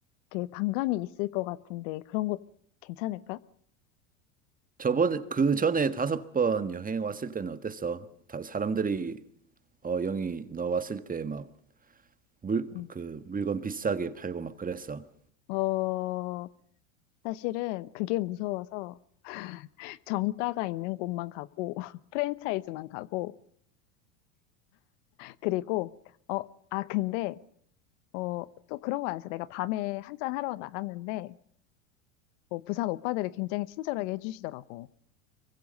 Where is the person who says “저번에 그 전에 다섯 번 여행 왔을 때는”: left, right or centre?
Right